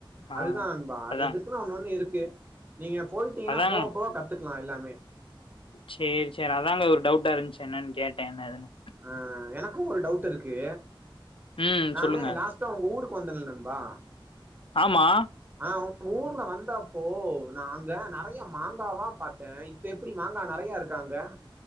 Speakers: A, on the right; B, on the left.
A: அதுதா
B: ஆ
A: நண்பா அதததுக்குனு
B: அதா
A: ஒன்னு ஒன்னு இருக்கு நீங்க போய்ட்டீங்னா
B: அதாங்க
A: போக போக கத்துக்லா எல்லாமே
B: சேர் சேரி அதாங்க ஒரு டவுட்டா இருன்ச்சு என்னன் கேட்டே என்ன ஏதுன்னு
A: ஆ எனக்கு ஒரு டவுட் இருக்கு
B: ம்
A: நானு
B: சொல்லுங்க
A: லாஸ்ட் டா உங்க ஊருக்கு வந்தல் நண்பா
B: ஆமா
A: ஆ உங்க ஊர்ல வந்தாப்போ நா அங்க நறைய மாங்காவா பாத்தே இப் இப்ப எப்டி மாங்கா நறைய இருக்கா அங்க